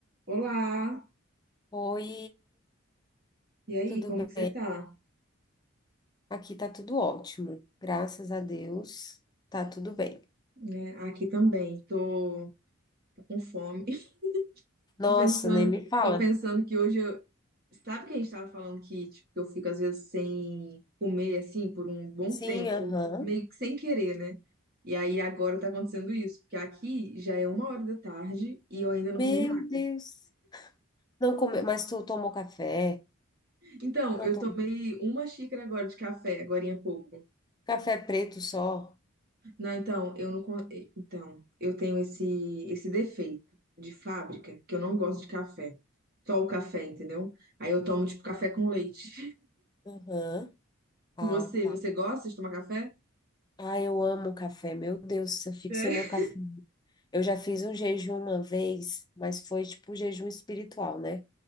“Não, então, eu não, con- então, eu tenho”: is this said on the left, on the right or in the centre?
Right